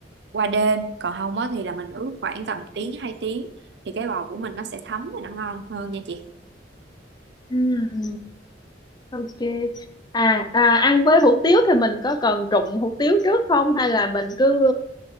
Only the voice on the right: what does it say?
qua đêm, còn không á, thì là mình ướp khoảng tầm tiếng 2 tiếng thì cái bò của mình nó sẽ thấm và nó ngon hơn nha chị.